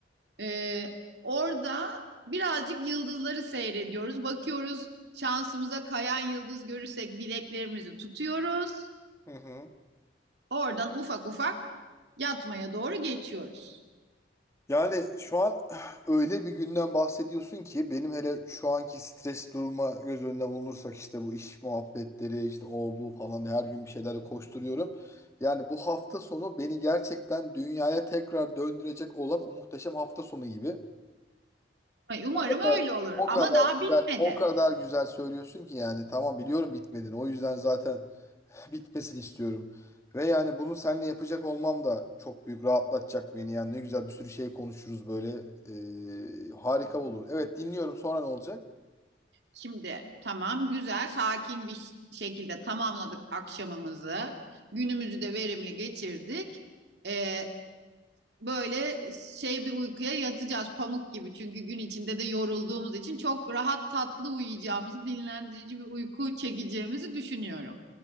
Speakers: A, on the right; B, on the left.
A: E, orada birazcık yıldızları seyrediyoruz. Bakıyoruz şansımıza kayan yıldız görürsek dileklerimizi tutuyoruz.
B: Hı hı.
A: Oradan ufak ufak yatmaya doğru geçiyoruz.
B: Yani şu an <sighs> öyle bir günden bahsediyorsun ki benim hele şu anki stres duruma göz önüne bulunursak işte bu iş muhabbetleri işte o bu falan diye her gün bir şeylerle koşturuyorum. Yani bu hafta sonu beni gerçekten dünyaya tekrar döndürecek olan o muhteşem hafta sonu gibi.
A: Umarım
B: O kadar,
A: öyle olur
B: o
A: ama
B: kadar
A: daha
B: güzel,
A: bitmedi.
B: o kadar güzel söylüyorsun ki yani tamam biliyorum bitmediğini. O yüzden zaten bitmesini istiyorum. Ve yani bunu seninle yapacak olmam da çok büyük rahatlatacak beni. Yani ne güzel bir sürü şey konuşuruz böyle. Ee, harika olur. Evet dinliyorum. Sonra ne olacak?
A: Şimdi tamam güzel sakin bir şekilde tamamladık akşamımızı. Günümüzü de verimli geçirdik. Ee, böyle şey bir uykuya yatacağız pamuk gibi. Çünkü gün içinde de yorulduğumuz için çok rahat tatlı uyuyacağımızı, dinlendirici bir uyku çekeceğimizi düşünüyorum.